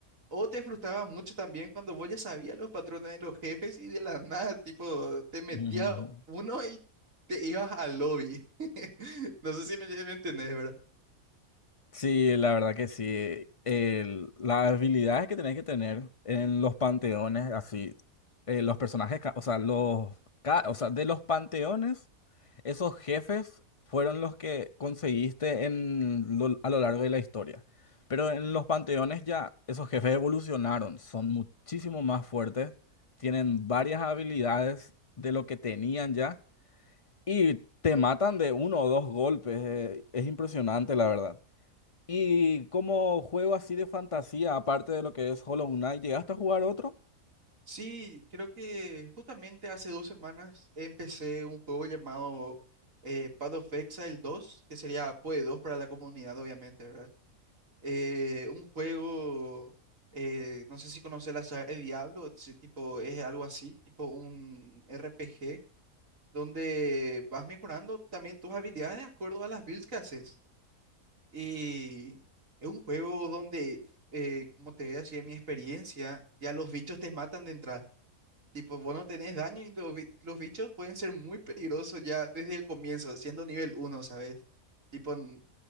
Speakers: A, on the right; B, on the left.
A: o te frustraba mucho también cuando vos ya sabías los patrones de los jefes y de la nada, tipo, te metía
B: Ujú.
A: uno y te ibas al lobby. <laughs> No sé si me, me entendés, ¿verdad?
B: Sí, la verdad que sí. El- las habilidades que tenés que tener en los panteones, así, eh, los personajes, ca- o sea, los, ca- o sea, de los panteones, esos jefes fueron los que conseguiste en, lo- a lo largo de la historia. Pero en los panteones ya esos jefes evolucionaron, son muchísimo más fuertes, tienen varias habilidades de lo que tenían ya y te matan de uno o dos golpes. eh, es impresionante, la verdad. Y como juego así de fantasía, aparte de lo que es Hollow Knight, ¿llegaste a jugar otro?
A: Sí, creo que justamente hace dos semanas empecé un juego llamado eh, Path of Exile 2, que sería PoE 2 para la comunidad, obviamente, ¿verdad? Eh, un juego, eh, no sé si conoces la saga de Diablo, si tipo, es algo así, tipo un RPG, donde vas mejorando también tus habilidades de acuerdo a las builds que haces. Y es un juego donde, eh, como te decía, mi experiencia, ya los bichos te matan de entrada. Tipo, vos no tenés daño y los, bi- los bichos pueden ser muy peligrosos ya desde el comienzo, siendo nivel uno ¿sabes? Tipo, en,